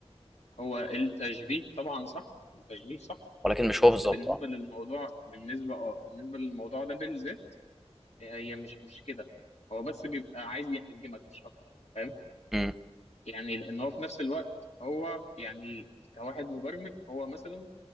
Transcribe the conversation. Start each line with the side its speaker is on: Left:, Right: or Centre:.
Left: هو التشبيه طبعا صح التشبيه صح
Centre: ولكن مش
Left: بس
Centre: هو بالظبط
Left: بالنسبه
Centre: اه
Left: للموضوع بالنسبه اه بالنسبه للموضوع ده بالذات هي مش مش كده هو بس بيبقى عايز يهاجمك مش اكتر فاهم
Centre: امم
Left: يعني لان هو في نفس الوقت هو يعني كواحد مبرمج هو مثلا